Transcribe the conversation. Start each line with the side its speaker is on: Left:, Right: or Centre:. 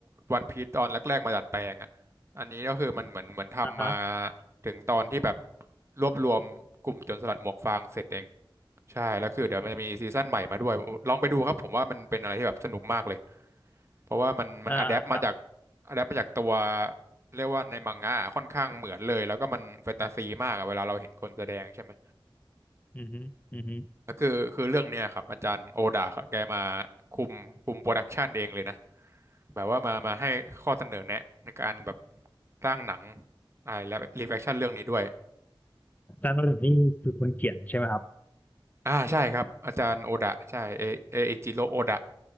Right: วันพีซตอนแรกๆมาดัดแปลงอ่ะอันนี้ก็คือมันเหมือนเหมือนทำมา
Left: อ่าฮะ
Right: ถึงตอนที่แบบรวบรวมกลุ่มโจรสลัดหมวกฟางเสร็จเองใช่แล้วคือเดี๋ยวมันจะมีซีซั่นใหม่มาด้วยลองไปดูครับผมว่ามันเป็นอะไรที่แบบสนุกมากเลยเพราะว่ามันมันอะแดปมาจาก
Left: อ่า
Right: อะแดปมาจากตัวเรียกว่าในมังงะค่อนข้างเหมือนเลยแล้วก็มันแฟนตาซีมากอะเวลาเราเห็นคนแสดงใช่ไหม
Left: อือฮึอือฮึ
Right: ก็คือคือเรื่องเนี้ยครับอาจารย์โอดาแกมาคุมคุมโปรดักชันเองเลยนะแบบว่ามามาให้ข้อเสนอแนะในการแบบสร้างหนังอ่าและรีแฟคชั่นเรื่องนี้ด้วย
Left: อาจารย์โนดนี่คือคนเขียนใช่ไหมครับ
Right: อ่าใช่ครับอาจารย์โอดะใช่เอเออิจิโรโอดะ